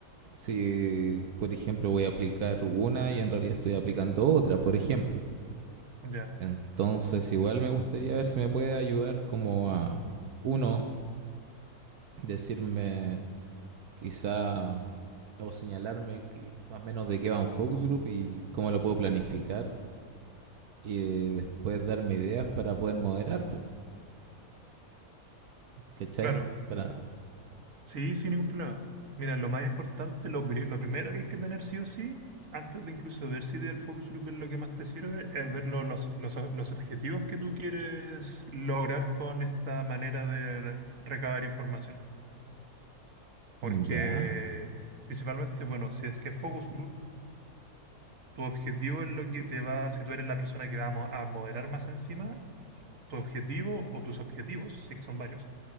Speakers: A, on the right; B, on the right.
A: si, por ejemplo, voy a aplicar una y en realidad estoy aplicando otra, por ejemplo.
B: Ya.
A: Entonces igual me gustaría ver si me puede ayudar como a, uno, decirme quizá o señalarme que- más o menos de qué va un focus group y cómo lo puedo planificar y eh, después darme ideas para poder moderar, po, ¿cachai?
B: Claro,
A: Para...
B: Sí, sin ningún problema. Mira, lo más importante, lo, pri- lo primero que hay que tener sí o sí, antes de incluso ver si el focus group es lo que más te sirve, es ver lo- los, los, los objetivos que tú quieres lograr con esta manera de re- recabar información. Porque
A: mm, Ya,
B: principalmente, bueno, si es que es focus group, tu objetivo es lo que te va, si tú eres la persona que va a, mo- a moderar más encima, tu objetivo o tus objetivos, sí que son varios,